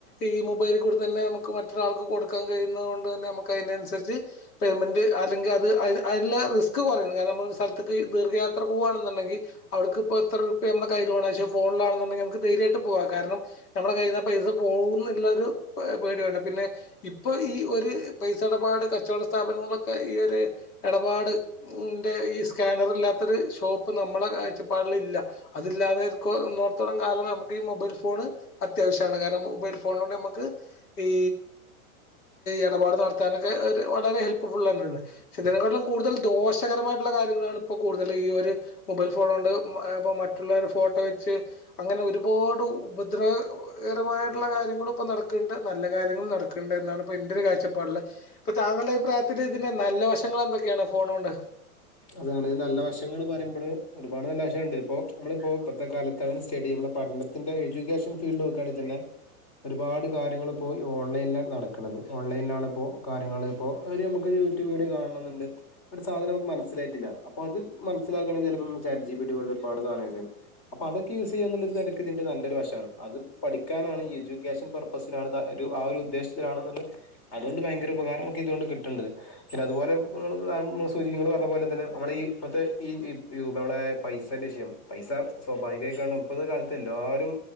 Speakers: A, on the left (about 85°); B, on the left (about 35°).
A: ഈ മൊബൈൽ കൂടി തന്നെ നമുക്ക് മറ്റൊരാൾക്ക് കൊടുക്കാൻ കഴിയുന്നത് കൊണ്ട് തന്നെ നമുക്ക് അയ്നനുസരിച്ച് പേയ്മെന്റ് അല്ലെങ്കി അത് അ അയ്ല്ള്ള റിസ്ക് കോറെണ് കാരണം നമ്മള് ഒരു സ്ഥൽത്ത്ക്ക് ദീർഘയാത്ര പോകാണ് ന്ന്ണ്ടെങ്കി അവിട്ക്ക് ഇപ്പോ എത്ര ഉർപ്യ നമ്മടെ കയ്യില് വേണെചാ ഫോണിലാണെന്നുണ്ടെങ്കി നമുക്ക് ധൈര്യായിട്ട് പോവാ കാരണം നമ്മടെ കയ്യിന്ന് ആ പൈസ പോവ്ന്ന പ്പള്ളോരു പേടിയോണ്ട പിന്നെ ഇപ്പൊ ഈ ഒരു പൈസ ഇടപാട് കച്ചോട സ്ഥാപനങ്ങള് ഈ ഒര് എടപാട് ന്റെ ഈ സ്കാനറ് ഇല്ലാത്തോരു ഷോപ്പ് നമ്മെളെ കാഴ്ചപ്പാട് ഇല്ല അത് ഇല്ലാതെ <unintelligible> കാലം നമുക്ക് ഈ മൊബൈൽ ഫോണ് അത്യാവശ്യാണ് കാരണം മൊബൈൽ ഫോ ഫോണോണ്ട് അമ്മക്ക് ഈ എടപാട് നടത്താനൊക്കെ ഒരു വളരെ ഹെൽ <unintelligible> ഇതിനെ കാട്ടിലും കൂടുതൽ ദോഷകരമായിട്ടുള്ള കാര്യങ്ങളാണ് ഇപ്പോ കൂടുതൽ ഈ ഒരു മൊബൈൽ ഫോണോ മറ്റുള്ളവരുടെ ഫോട്ടോ വെച്ച് അങ്ങനെ ഒരുപാട് ഉപദ്രവ കരമായി കാര്യങ്ങളും ഇപ്പ നടക്ണ്ട് നല്ല കാര്യങ്ങളും നടക്ണ്ട് എന്നാണ് ഇന്റെ ഒരു കാഴ്ചപ്പാടില് ഇപ്പ താങ്കളുടെ അഭിപ്രായ ഇത്തിരി ഇതിൻ്റെ നല്ല വശങ്ങൾ എന്തൊക്കെയാണ് ഫോണോണ്ട്?
B: അതാണ് നല്ല വശങ്ങള് പറയുമ്പള് ഒരുപാട് നല്ല വശണ്ട്, ഇപ്പോ നമ്മളിപ്പോ ഇപ്പഴത്തെ കാലത്ത് അങ്ങനെ സ്റ്റേഡിമ പഠനത്തിന്റെ എഡ്യൂക്കേഷൻ ഫീൽഡ് നോക്കാണെങ്കി തന്നെ ഒരുപാട് കാര്യങ്ങൾ ഇപ്പോ ഓൺലൈൻലാണ് നടക്കണത്, ഓൺലൈൻലാണ് ഇപ്പോ കാര്യങ്ങള് ഇപ്പോ അവര് നമുക്കൊരു യൂട്യൂബ് വീഡിയോ കാണണന്നുണ്ടെ ഒരു സാധനം നമുക്ക് മനസ്സി മനസിലായിട്ടില്ല അപ്പൊ അത് മനസ്സിലാക്കണെങ്കി ചെലപ്പോ ചാറ്റ് ജിപിടി പോലുള്ള ഒരുപാട് സാധനം യൂസ് ചെയ്യണം, അപ്പോ അതൊക്കെ യൂസ് ചെയ്യാന്നു <unintelligible> ഇതിന്റെ നല്ലൊരു വശാണ്, അത് പഠിക്കാനാണ് ഈ എജ്യൂക്കേഷൻ പർപ്പസിനാണ് ആ ഒരു ഉദ്ദേശത്തിലാണ് <unintelligible> അതോണ്ട് ഭയങ്കര ഉപകാരം നമുക്ക് ഇതൊണ്ട് കിട്ടണ്ട് പിന്നെ അതുപോലെ ഇങ്ങള് <unintelligible> സൂചി പറഞ്ഞ പോലെ തന്നെ നമ്മള ഈ ഇപ്പഴത്തെ ഈ ഈ ഈ നമ്മളെ പൈസേന്റെ വിഷയം പൈസ സ്വാഭാവികായിക്ക <unintelligible> ഇപ്പ ത്തെ കാലത്തെല്ലാരും